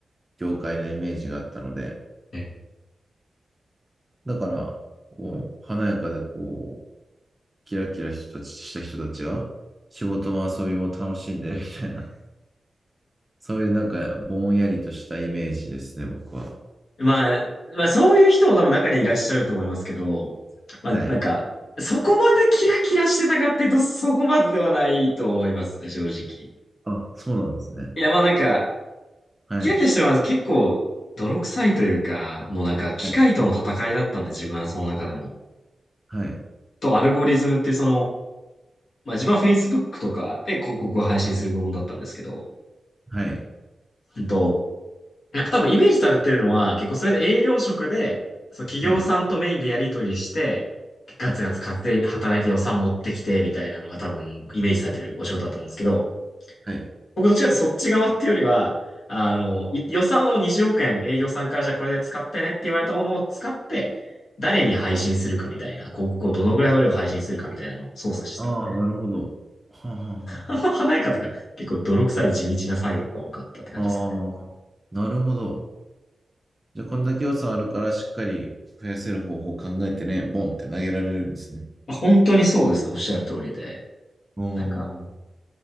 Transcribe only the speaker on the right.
業界なイメージがあったので、
だから、こう、華やかでこう、キラキラ人たちした人たちが仕事も遊びも楽しんでるみたいな、<laughs> そういうなんかぼんやりとしたイメージですね、僕は。
はい。
あ、そうなんですね。
はい。
はい。はい。
はい。はい。
はい。
はい。
はい。
ああー、なるほど。はあ、はあ、は
あ、はああー、なるほど。じゃあ、こんだけ予算あるから、しっかり増やせる方法を考えてね、ボンって投げられるんですね。
お
ー、